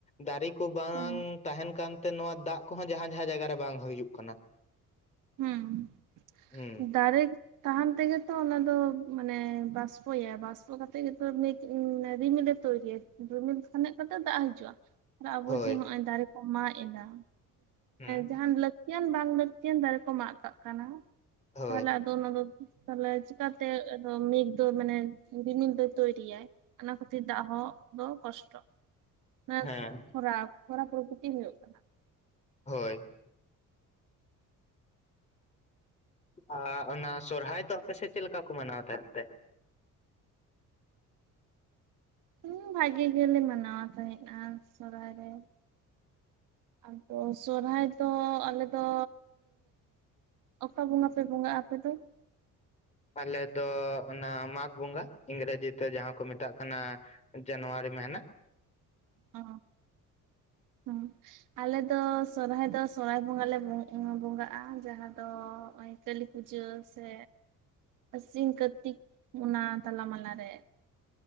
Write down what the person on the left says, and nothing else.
ᱫᱟᱨᱮ ᱠᱚ ᱵᱟᱝ
ᱛᱟᱦᱮᱱ ᱠᱟᱱᱛᱮ ᱱᱚᱣᱟ ᱫᱟᱜ ᱠᱚᱦᱚᱸ ᱡᱟᱦᱟᱸ ᱡᱟᱦᱟᱸ ᱡᱟᱭᱜᱟ ᱨᱮ ᱵᱟᱝ ᱦᱩᱭᱩᱜ ᱠᱟᱱᱟ
ᱦᱩᱸ
ᱦᱳᱭ
ᱦᱩᱸ
ᱦᱳᱭ
ᱦᱮᱸ
ᱦᱳᱭ ᱟᱨ ᱚᱱᱟ ᱥᱚᱨᱦᱟᱭ ᱫᱚ ᱟᱯᱮᱥᱮᱫ ᱪᱮᱫ ᱞᱮᱠᱟ ᱠᱚ ᱢᱟᱱᱟᱣ ᱛᱟᱦᱮᱱ ᱛᱮ
ᱟᱞᱮᱫᱚ ᱚᱱᱟ ᱢᱟᱜᱽ ᱵᱚᱸᱜᱟ ᱤᱝᱨᱮᱡᱤ ᱛᱮ ᱡᱟᱦᱟᱸ ᱠᱚ ᱢᱮᱛᱟᱜ ᱠᱟᱱᱟ ᱠᱟᱱᱟ ᱡᱟᱱᱩᱣᱟᱨᱤ ᱢᱤᱦᱱᱟ